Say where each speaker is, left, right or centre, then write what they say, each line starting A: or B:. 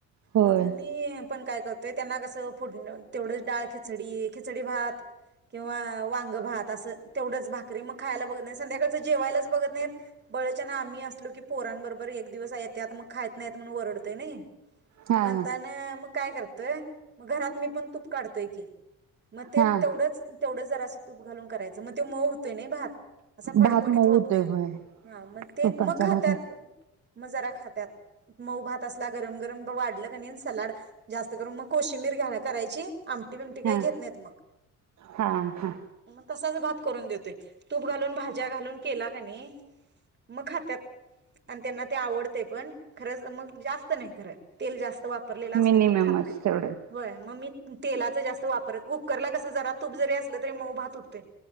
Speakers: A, on the right (about 65°); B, on the right (about 35°).
A: होय
B: मग मी पण काय कर ते त्यांना कसं फोडण तेवढंच डाळ खिचडी खिचडी भात किंवा वांग भात असं तेवढच भा करी मग खायला बघत नाही संध्याकाळचं जेवायलाच बघत नाहीत बळच्यान आम्ही असलो की पोरांबरोबर एक दिवस येत्यात मग खाईत नाहीत म्हणून वरडतोय नई
A: हा
B: म्हणताना मग काय करतोय मग घरात मी पण तूप काढतोय की मग ते
A: हा
B: तेवढंच तेवढं जरा असं तूप घालून करायचं तर म ते मऊ हु- तोय नाही भात असा फडफडीत
A: भात मऊ
B: होत
A: होतोय
B: नाही
A: होय
B: हां मग ते
A: तुपाचा
B: मग खात्यात
A: भात
B: मग जरा खात्यात मऊ भात असला गरम गरम वाढलं क नाही सलाड जास्त करून मग कोशिंबीर घ्याला करायची आमटी बिमटी काही
A: हा
B: घेत नाहीत मग
A: हा हा
B: मग तसाच भात करून देतोय तूप घालून भाज्या घालून केला कनी मग खात्यात आणि त्यांना ते आवडते पण खरच मग जास्त नाही खर तेल जास्त वापरलेला
A: मिनिममच
B: असलं की खात नाहीत
A: तेवढं
B: व्हय मग मी तेलाचा जास्त वापर कुकरला कस जरा तूप जरी असलं तरी मऊ भात हुतोय